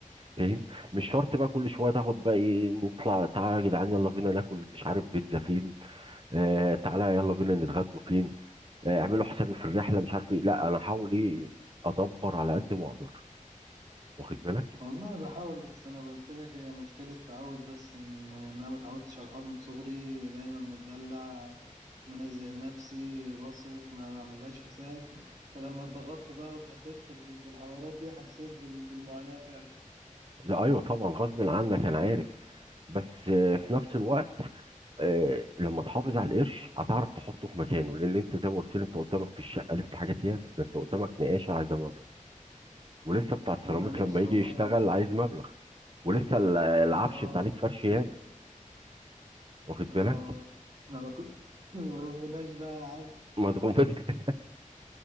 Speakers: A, on the right (about 40°); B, on the right (about 60°).
A: فاهم مش شرط بقى كل شويه تاخد بقى ايه نطلع تعالى يا جدعان يلا بينا ناكل مش عارف بيتزا فين آه تعالى يلا بينا نتغدوا فين آه اعملوا حسابي في الرحله مش عارف ايه لا انا هحاول ايه ادبر على قد ما اقدر واخد بالك
B: والله بحاول بس انا قلت لك هي مشكلة تعود بس ان ان انا ما اتعودتش على الحوار من صغري دايما متدلع منزه نفسي بصرف ما بعملهاش حساب فلما اتضغطت بقى واتحطيت في ال- في الحوارات دي حسيت بال- بالمعاناة فعلا
A: لا ايوه طبعا غصب عنك انا عارف بس آه في نفس الوقت آه لما تحافظ على القرش هتعرف تحطه في مكانه لان انت زي ما قلت لي انت قدامك في الشقه لسه حاجات ياما ده انت قدامك نقاشه عايزه مبلغ ولسه بتاع السيراميك
B: انا نفسي
A: لما يجي
B: والله
A: يشتغل عايز مبلغ ولسه ال- العفش
B: اه
A: انت عليك فرش ياما واخد
B: اه
A: بالك
B: انا كنت <laughs> ما بغمناش بقى يا عم
A: مضغوط انت <laughs>